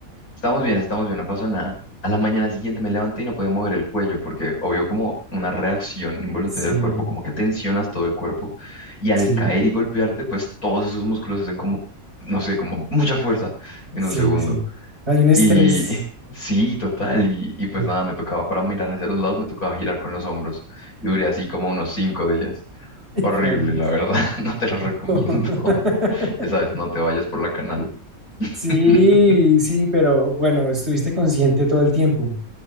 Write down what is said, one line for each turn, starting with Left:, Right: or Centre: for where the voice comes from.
Left: Estamos bien, estamos bien, no pasó nada. A la mañana siguiente me levanté y no podía mover el cuello porque obvio como una reacción involuntaria
Right: Sí,
Left: del cuerpo, como que tensionas todo el cuerpo y al
Right: sí,
Left: caer y golpearte, pues todos esos músculos hacen como, no sé, como mucha fuerza en
Right: sí,
Left: un segundo.
Right: sí. Hay un estrés.
Left: Y <laughs> sí, total, y, y pues
Right: <laughs>
Left: nada, me tocaba para mirar hacia los lados, me tocaba girar con los hombros y duré así como unos cinco días.
Right: Ay,
Left: Horrible,
Right: por Dios.
Left: la verdad, <laughs> no te lo recomiendo.
Right: <laughs>
Left: <laughs> Ya sabes, no te vayas por la canal. <laughs>
Right: Sí, sí, pero bueno, estuviste consciente todo el tiempo.